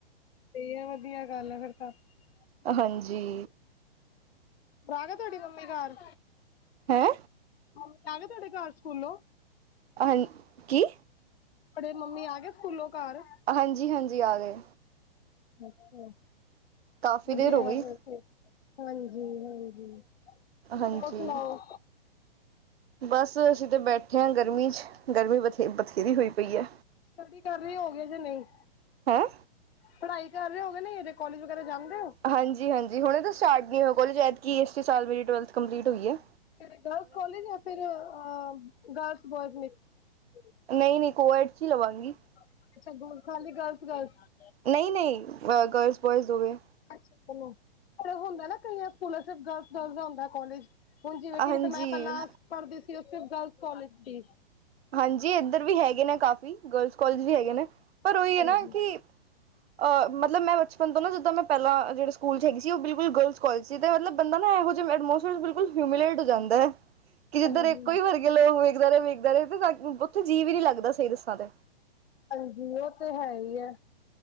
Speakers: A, on the left; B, on the right.
A: <unintelligible> ਵਧੀਆ ਗੱਲ ਆ ਫਿਰ ਤਾਂ
B: ਹਾਂਜੀ
A: <inaudible> ਫਿਰ ਆਗੇ ਤੁਹਾਡੀ ਮੰਮੀ ਕਾਰ
B: ਹੈਂ?
A: ਮੰਮੀ ਆਗੇ ਤੁਹਾਡੇ ਘਰ ਸਕੂਲੋਂ?
B: ਹਾਂ ਕੀ?
A: ਬੜੇ ਮੰਮੀ ਆ ਗਏ ਸਕੂਲੋਂ ਘਰ?
B: ਹਾਂਜੀ-ਹਾਂਜੀ ਆ ਗਏ।
A: ਅੱਛਾ
B: ਕਾਫ਼ੀ
A: ਵਧੀਆ
B: ਦੇਰ ਹੋ ਗਈ
A: ਫੇਰ ਤੇ। ਹਾਂਜੀ-ਹਾਂਜੀ
B: ਹਾਂਜੀ
A: ਹੋਰ ਸੁਣਾਓ?
B: ਬਸ ਅਸੀਂ ਤੇ ਬੈਠੇ ਆ ਗਰਮੀ ਚ ਗਰਮੀ ਬਥੇ ਬਥੇਰੀ ਹੋਈ ਪਈ ਐ।
A: ਉਪਰ ਕੀ ਕਰ ਰੇ ਹੋ ਗੇ ਜੇ ਨਈ?
B: ਹੈਂ?
A: ਪੜ੍ਹਾਈ ਕਰ ਰੇ ਹੋਗੇ ਨੀ ਜੇ ਕੋਲੇਜ ਵਗੈਰਾ ਜਾਂਦੇ ਓ?
B: ਹਾਂਜੀ-ਹਾਂਜੀ ਹੁਨੇ ਤੋਂ ਸਟਾਰਟ ਨੀ ਹੋਇਆ ਕੋਲੇਜ ਐਤਕੀਂ ਇਸੇ ਸਾਲ ਮੇਰੀ ਟਵੈਲਥ ਕੰਪਲੀਟ ਹੋਈ ਆ।
A: ਕੇੜੇ ਗਰਲਸ ਕੋਲਜ ਯਾ ਫਿਰ ਆ ਗਰਲ ਬੋਇ <inaudible>
B: ਨਈ-ਨਈ ਕੋ ਐਡ ਚ ਈ ਲਵਾਂਗੀ।
A: <unintelligible>
B: ਨਈ-ਨਈ ਗ ਗਰਲਸ ਬੋਆਇਜ਼ ਦੋਵੇਂ।
A: ਅੱਛਾ ਚਲੋ ਐਵੇ ਹੁੰਦਾ ਨਾ ਕਈਆਂ ਸਕੂਲਾਂ ਚ ਗਰਲਜ਼-ਗਰਲਜ਼ ਦਾ ਹੁੰਦਾ ਕੋਲਜ। ਹੁਣ ਜਿਵੇਂ ਕੀ
B: ਹਾਂਜੀ
A: ਜਿੱਥੇ ਮੈਂ ਪੈਲਾਂ ਪੜ੍ਹਦੀ ਸੀ ਉਥੇ ਗਰਲਸ ਕੋਲਜ ਸੀ।
B: ਹਾਂਜੀ, ਏਧਰ ਵੀ ਹੈਗੇ ਨੇ ਕਾਫ਼ੀ ਗਰਲਸ ਕੋਲਜ ਵੀ ਹੈਗੇ ਨੇ, ਪਰ ਓਹੀ
A: ਹਾਂਜੀ,
B: ਐ ਨਾ ਕੀ ਅ ਮਤਲਬ ਮੈਂ ਬਚਪਨ ਤੋਂ ਨਾ ਜਿੱਦਾਂ ਮੈਂ ਪੈਲਾਂ ਜੇੜੇ ਸਕੂਲ ਚ ਹੈਗੀ ਸੀ ਓ ਬਿਲਕੁਲ ਗਰਲਜ ਕੋਲਜ ਸੀ ਤੇ ਮਤਲਬ ਬੰਦਾ ਨਾ ਐਹੋ ਜੇ ਐਡ ਐਟਮੋਸ ਬਿਲਕੁਲ ਹਿਊਮੀਲੇਟ ਹੋ ਜਾਂਦੈ। ਕੀ ਜਿੱਧਰ
A: ਹਾਂਜੀ,
B: ਇੱਕੋ ਈ ਵਰਗੇ ਲੋਕ ਵੇਖਦਾ ਰੈ ਵੇਖਦੇ ਰੈ ਤਾਂ ਉੱਥੇ ਜੀਅ ਵੀ ਨੀ ਲੱਗਦਾ ਸਈ ਦੱਸਾਂ ਤੇ।
A: ਹਾਂਜੀ, ਓ ਤੇ ਹੈ ਈ ਐ।